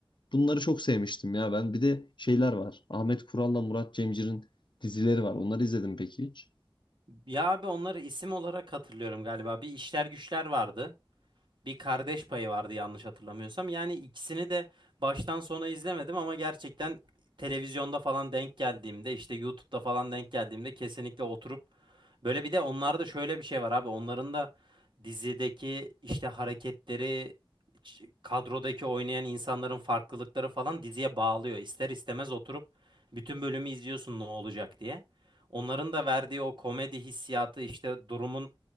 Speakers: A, on the left; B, on the right.
A: Bunları çok sevmiştim ya ben. Bir de şeyler var. Ahmet Kural'la Murat Cemcir'in dizileri var. Onları izledim peki hiç?
B: Ya abi onları isim olarak hatırlıyorum galiba. Bir işler güçler vardı. bir kardeş payı vardı yanlış hatırlamıyorsam. Yani ikisini de baştan sona izlemedim ama gerçekten televizyonda falan denk geldiğimde işte YouTube'da falan denk geldiğimde kesinlikle oturup böyle bir de onlarda şöyle bir şey var abi onların da dizideki işte hareketleri ç- kadrodaki oynayan insanların farklılıkları falan diziye bağlıyor. İster istemez oturup bütün bölümü izliyorsun ne olacak diye. Onların da verdiği o komedi hissiyatı işte durumun